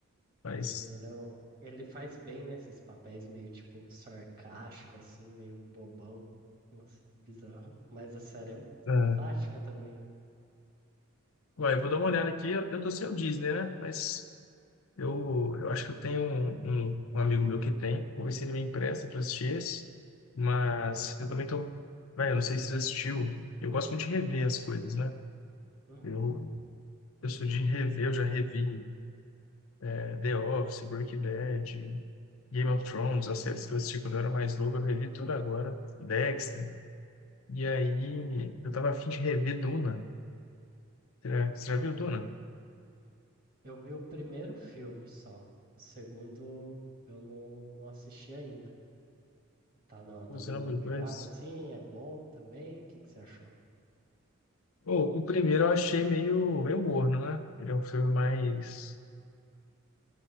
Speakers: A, on the left (about 70°); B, on the right (about 45°).
A: Mas,
B: tem- ele, é um- ele faz bem, né? Esses papéis meio tipo sarcástico, assim, meio bobão. Nossa, bizarro. Mas a série é
A: é.
B: fantástica também, né?
A: Ué, eu vou dar uma olhada aqui, eu, eu tô sem o Disney, né? Mas Eu, eu acho que eu tenho um, um, um amigo meu que tem, vou ver se ele me empresta para assistir esse, mas eu também tô, velho, eu não sei se você assistiu, eu gosto muito de rever as coisas, né?
B: Uhum.
A: Eu, eu sou de rever, eu já revi é, The Office, Breaking Bad, Game of Thrones, as séries que eu assisti quando eu era mais novo, eu revi tudo agora, Dexter, e aí eu tava afim de rever Duna, você já, você
B: Uhum.
A: já viu Duna?
B: Eu vi o primeiro filme só. O segundo eu não, não assisti ainda. Tá na, na
A: Ou você
B: mesma
A: não viu
B: pegada,
A: dois?
B: assim, é bom também? O que que você achou?
A: Pô, o primeiro eu achei meio, meio morno, né? Ele é um filme mais